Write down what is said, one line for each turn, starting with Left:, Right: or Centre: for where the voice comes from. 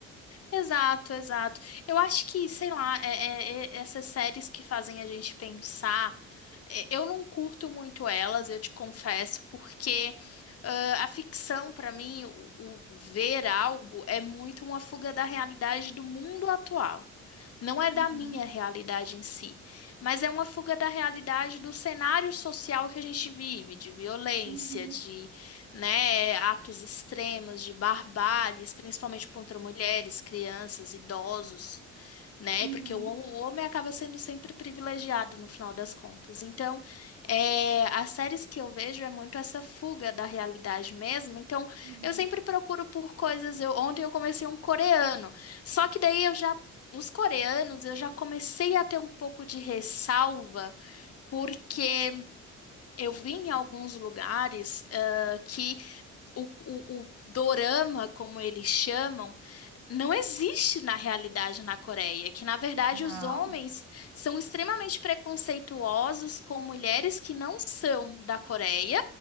Left: Exato, exato. Eu acho que, sei lá, é- é- é- essas séries que fazem a gente pensar, é, eu não curto muito elas, eu te confesso, porque ah, a ficção, pra mim, o, o ver algo é muito uma fuga da realidade do mundo atual. Não é da
Right: Uhum,
Left: minha realidade em si, mas é uma fuga da realidade do cenário social que a gente vive, de violência,
Right: uhum,
Left: né, atos extremos de barbáries, principalmente contra mulheres, crianças, idosos, né,
Right: uhum,
Left: porque o, o homem acaba sendo sempre privilegiado no final das contas. Então, é, as séries que eu vejo é muito essa fuga da realidade mesmo. Então,
Right: uhum.
Left: eu sempre procuro por coisas. Eu, ontem eu comecei um coreano, só que daí eu já Os coreanos, eu já comecei a ter um pouco de ressalva, porque eu vi em alguns lugares, ah, que o, o, o dorama, como eles chamam, não existe na realidade na Coreia, que na verdade
Right: Não.
Left: os homens são extremamente preconceituosos com mulheres que não são da Coreia